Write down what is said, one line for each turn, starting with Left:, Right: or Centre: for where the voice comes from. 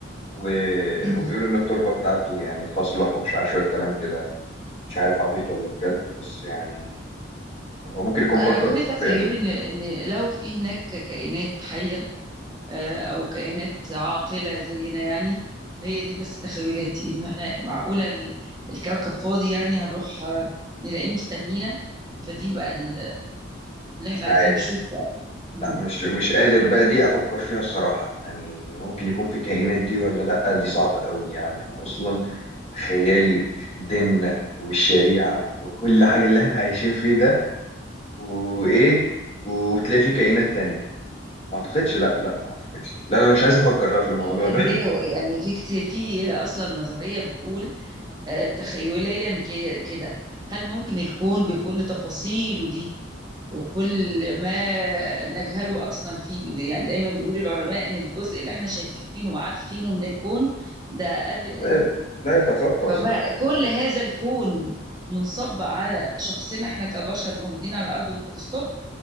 Left: و...
Right: <clears throat>
Left: وبيقولوا إن التربة بتاعته يعني تصلح ومش عارف شوية كلام كده مش عارف عبيط ولا بجد بس يعني هو ممكن يكون فكر
Right: انا كل
Left: بالطريقة
Right: تخيلي
Left: دي
Right: ان ان لو في هناك كائنات حيه آه، او كائنات عاقله زينا يعني هي دي بس تخيلاتي ان احنا معقوله ال- الكوكب فاضي يعني هنروح آه، نلاقيه مستنينا فدي بقى ال- اللي احنا
Left: مش
Right: عايزين
Left: عارف
Right: نشوف بقى مم.
Left: لا مش مش قادر بقى دي افكر فيها الصراحة يعني ممكن يكون في كائنات دي ولا لا دي صعبة قوي يعني احنا اصلا تخيلي ديننا والشريعة وكل حاجة اللي احنا عايشين فيه ده وايه وتلاقي في كائنات تانية ما اعتقدش لا لا ما اعتقدش لا انا مش عايز افكر لا في الموضوع
Right: ال-
Left: ده
Right: اللي هو يعني في كتير في اصلا نظريه بتقول آه، تخيليا كي- كده هل ممكن الكون بكل تفاصيله دي وكل ما نجهله اصلا فيه بي- يعني دايما بيقول العلماء ان الجزء اللي احنا شايفينه وعارفينه من الكون ده اقل القليل
Left: <laughs> لا لا يتخطى
Right: فبقى
Left: اصلا
Right: كل هذا الكون منصب على شخصنا احنا كبشر موجودين على الارض وفول ستوب